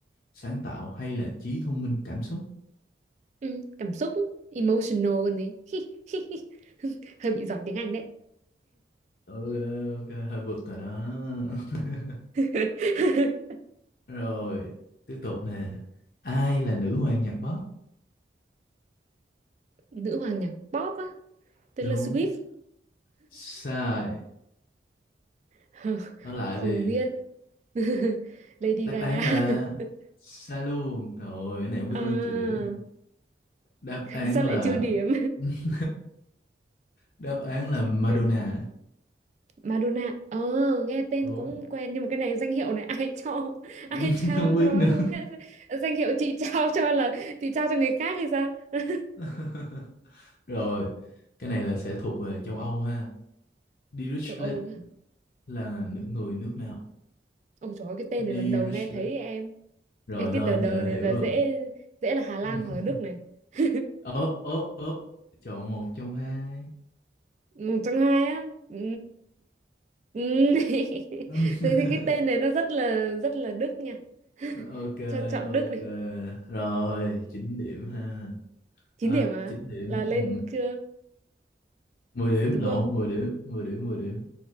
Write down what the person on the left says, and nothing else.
sáng tạo hay là trí thông minh cảm xúc.
Ừ, ok, hơi vượt rồi đó. <laughs>
Rồi, tiếp tục nè. Ai là nữ hoàng nhạc pop?
Đúng.
Sai.
Nói lại
đi.
Đáp
án là
sai luôn. Rồi, cái này không biết
có nên trừ điểm nữa. Đáp án
là
<laughs> đáp án là Madonna.
Đúng.
<laughs>
Không biết
nữa.
<laughs> Rồi, cái này là sẽ thuộc về châu Âu ha. Dirichlet
là nữ- người nước nào?
Dirichlet
Rồi
thôi,
vậy là
hiểu
rồi.
<laughs>
Ớ, ớ, ớ. Chọn một trong hai.
<laughs>
Ok,
ok.
Rồi, 9 điểm ha.
À,
9 điểm.
Ừ.
10 điểm,
lộn,
10 điểm, 10 điểm, 10 điểm.